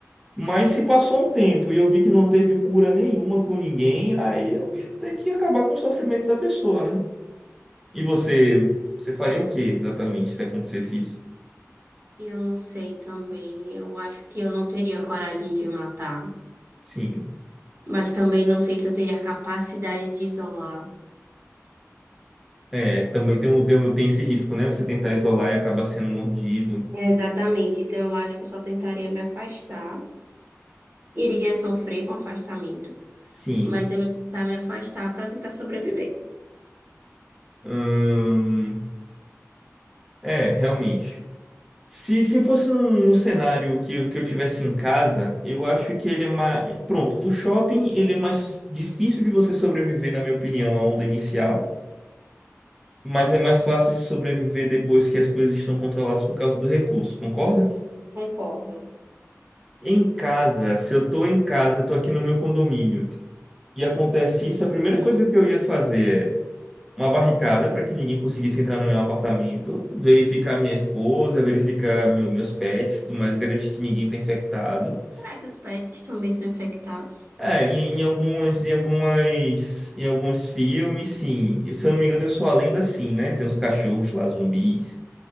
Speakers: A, in the centre; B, on the right.
A: Mas se passou um tempo e eu vi que não teve cura nenhuma com ninguém, aí eu ia ter que acabar com o sofrimento da pessoa, né? E você, você faria o que exatamente se acontecesse isso?
B: Eu não sei também. Eu acho que eu não teria coragem de matar.
A: Sim.
B: Mas também não sei se eu teria capacidade de isolar.
A: É, também tem, o- tem, o- tem esse risco, né? Você tentar isolar e acabar sendo mordido.
B: É, Exatamente. Então eu acho que eu só tentaria me afastar. Iria sofrer com afastamento.
A: Sim.
B: Mas eu ia tentar me afastar para tentar sobreviver.
A: Ahn, É, realmente. Se, se fosse num, num cenário que, eu- que eu tivesse em casa, eu acho que ele é mais. Pronto, o shopping ele é mais difícil de você sobreviver, na minha opinião, à onda inicial, mas é mais fácil de sobreviver depois que as coisas estão controladas por causa do recurso, concorda?
B: Concordo.
A: Em casa, se eu tô em casa, tô aqui no meu condomínio, e acontece isso, a primeira coisa que eu ia fazer é uma barricada para que ninguém conseguisse entrar no meu apartamento, verificar minha esposa, verificar meu- meus pets, tudo mais, garantir que ninguém está infectado.
B: Será que os pets também são infectados?
A: É, em, em algumas, em algumas, em alguns filmes, sim. Se eu não me engano, eu sou a lenda, sim, né? Tem uns cachorros lá, zumbis.